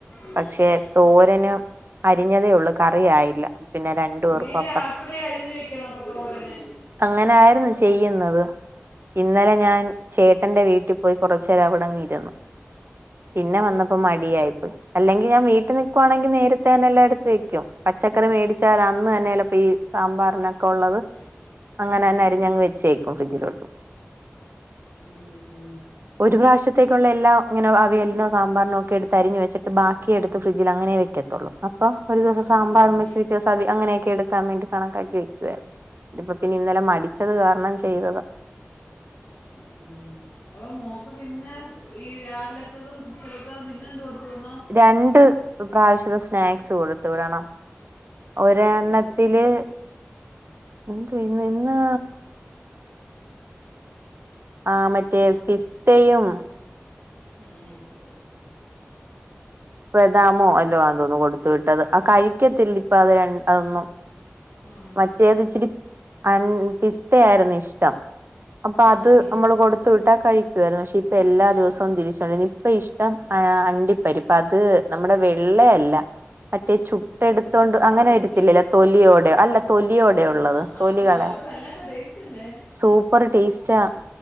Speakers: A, on the left (about 75°); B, on the right (about 55°).
A: ഉം,
B: പക്ഷെ
A: ഉം.
B: തോരനും അരിഞ്ഞതേ ഉള്ളൂ കറിയായില്ല പിന്നെ രണ്ടു പേർക്കും
A: നീ രാത്രി അരിഞ്ഞ് വെക്കണം അപ്പ തോരന്
B: അങ്ങനാരുന്നു ചെയ്യുന്നത് ഇന്നലെ ഞാൻ ചേട്ടന്റെ വീട്ടിൽ പോയി ചരവടങ്ങിയിരുന്നു പിന്നെ
A: ഓ
B: വന്നപ്പോ മടിയായിപ്പോയി അല്ലെങ്കിൽ ഞാൻ വീട്ടിൽ നിൽക്കുവാണെങ്കിൽ നേരത്തെ തന്നെ എല്ലായെടുത്ത് വെക്കും പച്ചക്കറി മേടിച്ചാൽ അന്ന് തന്നെ ചെലപ്പ ഈ സാമ്പാറിനൊക്കെ ഉള്ളത്
A: <inaudible>
B: അങ്ങനെന്നെ
A: ഉം.
B: അരിഞങ്ങ് വച്ചേക്കും ഫ്രഡ്ജിലോട്ട്.
A: മം
B: ഒരു പ്രാവശ്യത്തേക്കുള്ള എല്ലാ ഇങ്ങനെ അവിയലിനോ സാമ്പാറിനോക്കെ എടുത്ത് അരിഞ് വച്ചിട്ട് ബാക്കി എടുത്ത് ഫ്രിഡ്ജിൽ അങ്ങനെ വെക്ക തൊള് അപ്പൊ ഒരു ദിവസ
A: ഉം,
B: സാമ്പാറും
A: ഉം.
B: വെച്ച് കിട്ടിയ സവി അങ്ങനെയൊക്കെ എടുക്കാൻ വേണ്ടി കണക്കാക്കി വെക്കുവാരുന്നു ഇതിപ്പോ പിന്നെ ഇന്നലെ മടിച്ചത് കാരണം ചെയ്തത
A: മം അപ്പൊ മോക്ക് പിന്നെ ഈ രാവിലത്തതും ഉച്ചലത്തതും പിന്നെ എന്ത് കൊടുത്തു വിടണം
B: രണ്ട് പ്രാവശ്യത്തെ സ്നാക്സ് കൊടുത്തു വിടണം ഒരെ
A: ഓ
B: എണ്ണത്തില്
A: ഓ
B: എന്തുവാ ഇന്ന് ഇന്ന് ആ മറ്റേ പിസ്തയും
A: മം
B: ബദാമോ അല്ലോ അതൊന്നുന്നു കൊടുത്ത വിട്ടത് ആ കഴിക്കത്തില്ല ഇപ്പ അത് ര അതൊന്നും
A: ആ,
B: മറ്റേത് ഇച്ചിരി അൻ പിസ്തയായിരുന്നു ഇഷ്ടം അപ്പൊ
A: ഉം,
B: അത്
A: ഉം.
B: നമ്മൾ കൊടുത്ത് ത്തുവിട്ടാ കഴിക്കുവായിരുന്നു പക്ഷെ ഇപ്പ എല്ലാ ദിവസവും തിരിച്ചോണ്ടരും ഇപ്പ ഇഷ്ടം അണ്ടിപ്പരി ഇപ്പ അത് നമ്മുടെ വെള്ളയല്ല മറ്റേ ചുട്ടെടുത്തോണ്ട്
A: റോസ്റ്റഡ്
B: അങ്ങനെ വരത്തില്ലല്ല തൊലിയോടെ അല്ല തൊലിയോടെ
A: ആ,
B: ഉള്ളത് തൊലികളെ
A: അത് അത് വല്ലാത്ത ടേസ്റ്റ് അല്ലേ
B: സൂപ്പ് സൂപ്പർ ടേസ്റ്റാ